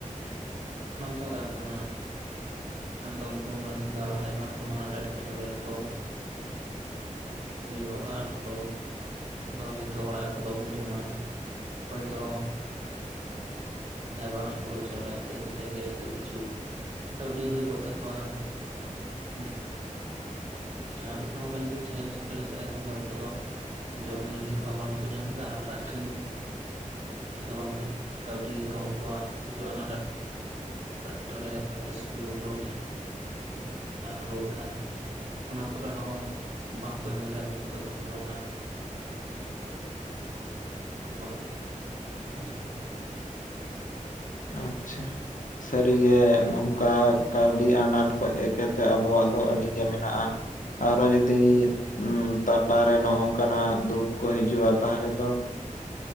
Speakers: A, on the right (about 55°); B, on the left (about 75°).
A: ᱚᱱᱟ ᱫᱚ ᱜᱟᱨ ᱠᱟᱱᱟ᱾ ᱠᱷᱟᱱ ᱫᱚ ᱩᱱᱠᱩ ᱢᱟᱹᱱᱢᱤ ᱫᱚ ᱟᱭᱢᱟ ᱨᱚᱠᱚᱢᱟ ᱟᱱᱟᱴ ᱮᱴᱠᱮᱴᱚᱬᱮ ᱨᱮᱠᱚ ᱦᱩᱭᱩᱜ ᱟᱨ ᱦᱚᱠ ᱫᱚ ᱦᱚᱳᱭᱛᱳ ᱚᱲᱟᱜ ᱨᱮᱫᱚ ᱵᱟᱵᱩᱱ ᱡᱚᱢᱟ, ᱠᱚᱭ ᱫᱚ ᱡᱟᱦᱟᱸ ᱵᱟᱝ ᱦᱩᱲᱳ ᱪᱟᱣᱞᱮ ᱟᱠᱷᱨᱤᱧ ᱠᱟᱛᱮᱜ ᱜᱮ ᱛᱳ ᱠᱤᱪᱷᱩ ᱠᱟᱹᱣᱰᱤ ᱦᱩᱭ ᱠᱚᱜ ᱛᱟᱠᱚᱣᱟ, ᱦᱮᱸ ᱟᱨ ᱢᱤ ᱦᱚᱸ ᱚᱱᱠᱟ ᱡᱩᱫᱤ ᱪᱮᱦᱮᱞ ᱪᱮᱯᱮᱞ ᱞᱮ ᱛᱟᱞᱦᱮ ᱠᱷᱟᱱ ᱫᱚ ᱩᱝᱠᱩ ᱫᱚ ᱡᱚᱢ ᱞᱟᱹᱜᱤᱫ ᱫᱷᱚ ᱦᱟᱸᱜ ᱵᱟᱝᱠᱚ ᱧᱟᱢ ᱫᱟ ᱟᱨ ᱟᱠᱷᱨᱤᱧ ᱠᱤ ᱦᱚᱸ ᱵᱟᱝ ᱠᱚ ᱠᱟᱣᱰᱤ ᱦᱚᱸ ᱩᱱᱠᱚᱣᱟᱜ ᱠᱤᱪᱷᱩ ᱟᱱᱟᱴ ᱮ ᱴᱚᱬᱮ ᱥᱩ ᱨᱩ ᱡᱟᱸ ᱟᱨ ᱨᱩ ᱛᱟᱦᱱ ᱚᱱᱟ ᱠᱚᱨᱮ ᱦᱚᱸ ᱵᱟᱝᱠᱚ ᱮᱢ ᱫᱟᱲᱮᱜ-ᱟ ᱩᱝᱠᱩ ᱫᱚ ᱛᱚᱠᱷᱚᱱ ᱫᱚ ᱚᱱᱟ <unintelligible>
B: ᱟᱪᱪᱷᱟ ᱥᱟᱹᱨᱤᱜᱮ ᱱᱚᱝᱠᱟ ᱠᱟᱹᱣᱰᱤ ᱟᱱᱟᱴ ᱠᱚ ᱮᱠᱮᱛᱮ ᱟᱵᱚᱣᱟᱜ ᱫᱚ ᱟᱹᱰᱤᱜᱮ ᱢᱮᱱᱟᱜ-ᱟ᱾ ᱟᱨᱚ ᱡᱩᱫᱤ ᱩᱸ ᱛᱟᱞᱟᱨᱮ ᱱᱚᱜᱚᱝ ᱠᱟᱱᱟᱜ ᱫᱩᱠ ᱠᱚ ᱦᱤᱡᱩᱜ-ᱟ ᱛᱟᱦᱞᱮ ᱫᱚ